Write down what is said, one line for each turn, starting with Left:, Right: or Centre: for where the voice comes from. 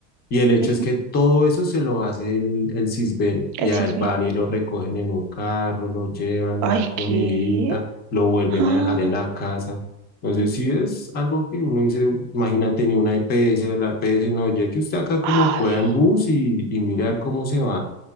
Left: Y el hecho
Right: ujú,
Left: es que todo eso se lo hace el, el Sisbén y
Right: El
Left: a
Right: cisbe.
Left: él van y lo recogen en un carro, lo llevan,
Right: Ay,
Left: le dan comidita,
Right: ¿qué?
Left: lo vuelven
Right: Ah,
Left: a dejar en la casa. Entonces sí es algo que uno dice, imagínate ni una EPS, la EPS no, llegue usted acá como
Right: Ay.
Left: pueda en bus y, y mirar cómo se va.